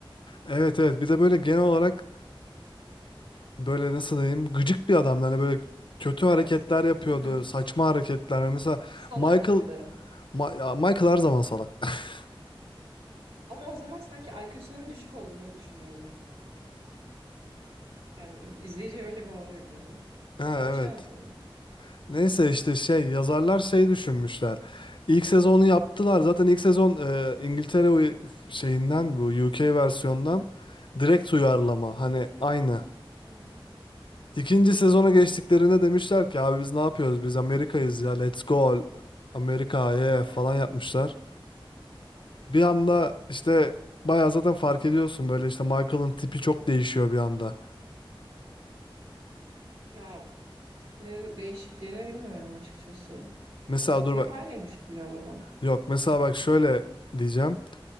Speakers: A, on the left; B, on the right.
A: Evet evet bir de böyle genel olarak böyle nasıl diyeyim gıcık bir adamdı. Hani böyle kötü
B: Evet.
A: hareketler yapıyordu.
B: Hı hı.
A: Saçma hareketler. Mesela
B: Salaktı
A: Michael
B: bir de.
A: Ma- ya Michael her zaman salak. <laughs>
B: Ama o zaman sanki IQ'sunun düşük olduğunu düşünüyorduk. Yani izleyici öyle bir hava veriliyordu.
A: Ha,
B: Sen
A: evet.
B: bir şey anlatıyordun.
A: Neyse işte şey yazarlar şey düşünmüşler. İlk sezonu yaptılar. Zaten ilk sezon e, İngiltere uy- şeyinden bu UK versiyondan direkt uyarlama. Hani aynı.
B: Hı hı.
A: İkinci sezona geçtiklerinde demişler ki abi biz ne yapıyoruz? Biz Amerika'yız ya. Let's go Amerika yeah
B: Hı
A: falan
B: hı.
A: yapmışlar. Bir anda işte bayağı zaten fark ediyorsun böyle işte Michael'ın tipi çok değişiyor bir anda.
B: Ya tipinin değişikliğini bilmiyorum açıkçası.
A: Mesela
B: E, Tepe
A: dur
B: hep
A: bak
B: aynıymış gibi geldi ona.
A: yok mesela bak şöyle diyeceğim.